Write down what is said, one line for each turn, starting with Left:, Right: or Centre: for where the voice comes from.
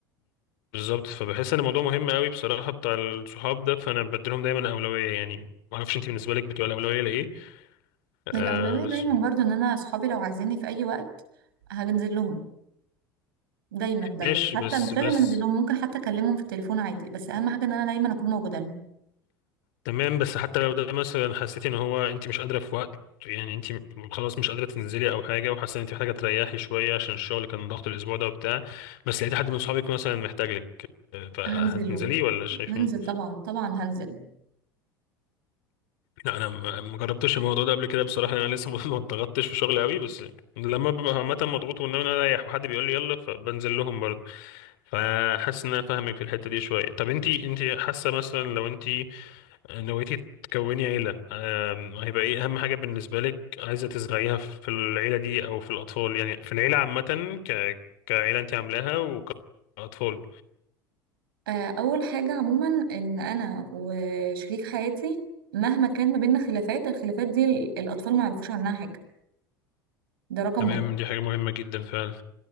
Left: بالظبط فبحس ان الموضوع مهم قوي بصراحه بتاع الصحاب ده فانا بديلهم دايما اولويه يعني ما اعرفش انت بالنسبه لك بتبقى الاولويه لايه
Right: الأولوية
Left: آه بس
Right: دايما برضو إن أنا أصحابي لو عايزيني في أي وقت هنزل لهم دايما دايما
Left: ماشي
Right: حتى
Left: بس
Right: مش لازم
Left: بس
Right: أنزل لهم ممكن حتى أكلمهم في التليفون عادي بس أهم حاجة إن أنا دايما أكون موجودة لهم
Left: تمام بس حتى لو ده مثلا حسيتي ان هو انت مش قادره في وقت يعني انت خلاص مش قادره تنزلي او حاجه وحاسه ان انت محتاجه تريحي شويه عشان الشغل كان ضغط الاسبوع ده وبتاع بس لقيتي حد من صحابك مثلا محتاج لك آه، فهتنزلي
Right: هنزل لهم
Left: ولا شايفه
Right: هنزل طبعا طبعا هنزل
Left: لا انا ما ما جربتش الموضوع ده قبل كده بصراحه لأن انا لسه <laughs> ما اتضغطتش في شغلي قوي بس لما ببقى عامه مضغوط وان انا رايح وحد بيقول لي يلا فبنزل لهم برضه فحاسس ان انا فاهمك في الحته دي شويه طب انتي انتي حاسه مثلا لو انتي نويتي تكوني عيله أم، هيبقى ايه اهم حاجه بالنسبه لك عايزه تزرعيها في العيله دي او في الاطفال يعني في العيله عامه ك كعيله انتي عاملاها وكاطفال
Right: آه، أول حاجة عموما إن أنا وشريك حياتي مهما كان ما بيننا خلافات الخلافات دي ال- الأطفال ما يعرفوش عنها حاجة ده رقم
Left: تمام
Right: واحد
Left: دي حاجه مهمه جدا فعلا